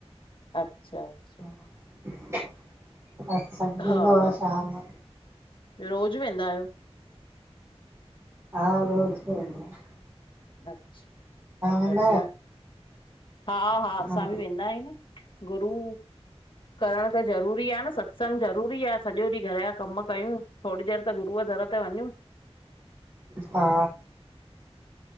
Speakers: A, on the left; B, on the right.
A: अचछा अच्छा।
B: <inaudible> सत्संग
A: हा
B: थींदो आहे
A: हा
B: शाम जो
A: रोज़ वेंदा आहियो?
B: ह रोज वेंदी आ।
A: अचछा
B: वेंदा
A: बढ़िया हा हा
B: आहियो
A: असां बि वेंदा आहियूं न गुरू करण त ज़रूरी आहे न सत्संग ज़रूरी आहे सॼो ॾींहुं घर जा कम कयूं। थोरी देरि त गुरूअ दर ते वञू।
B: हा।